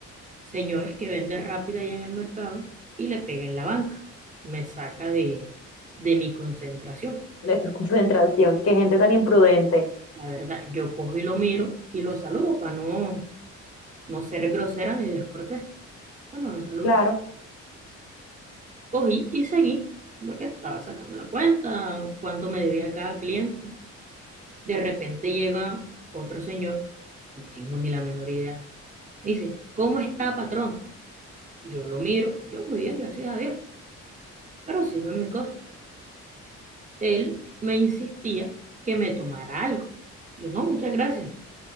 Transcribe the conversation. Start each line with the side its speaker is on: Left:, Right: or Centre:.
Right: señores que vende rápida ahí en el mercado y le pega en la banca. Me saca de, de mi concentración.
Left: De tu <laughs> concentración. Qué gente tan imprudente.
Right: La verdad, yo cojo y lo miro y lo saludo para no, no ser grosera ni descortés. Cuando lo saludo,
Left: Claro,
Right: cogí y seguí porque estaba sacando la cuenta, cuánto me debía cada cliente. De repente llega otro señor, no tengo ni la menor idea Dice, ¿cómo está, patrón? Yo lo miro, yo muy bien, gracias a Dios, pero sigo en mis cosas. Él me insistía que me tomara algo. Yo no, muchas gracias.